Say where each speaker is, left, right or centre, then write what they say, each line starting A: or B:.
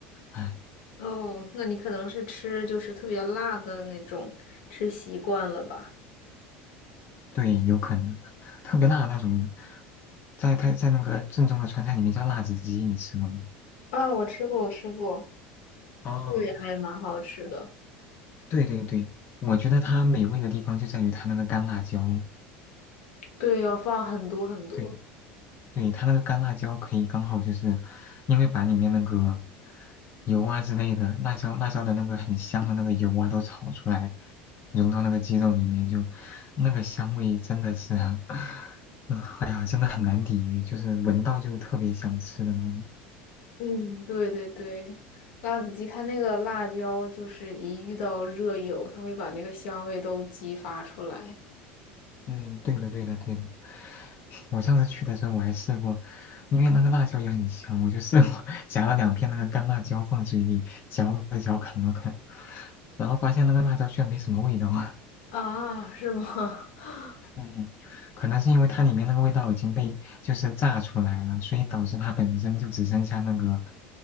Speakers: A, on the left; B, on the left.
A: 唉。嗯
B: 哦，那你可能是吃就是特别辣的那种，吃习惯了吧？
A: 对，有可能，特别辣的那种，在在在那个正宗的川菜里面叫辣子鸡，你吃过没？
B: 啊，我吃过，我吃过，
A: 哦，
B: 这个也还蛮好吃的。
A: 对对对，我觉得它美味的地方就在于它那个干辣椒，
B: 对，要放很多很多。
A: 对对，它那个干辣椒可以刚好就是因为把里面那个油啊之类的辣椒辣椒的那个很香的那个油啊都炒出来，融到那个鸡肉里面就，那个香味真的是，<laughs> 嗯哎呀，真的很难抵御，就是闻到就特别想吃的那种。
B: 嗯，对对对，辣子鸡它那个辣椒就是一遇到热油，它会把那个香味都激发出来
A: 嗯，对的，对的，对的。我上次去的时候我还试过，因为那个辣椒也很香，我就试过 <laughs> 夹了两片那个干辣椒放嘴里嚼了嚼，啃了啃，然后发现那个辣椒居然没什么味道。<laughs>
B: 啊，是吗？<laughs>
A: 嗯，可能是因为它里面那个味道已经被就是炸出来了，所以导致它本身就只剩下那个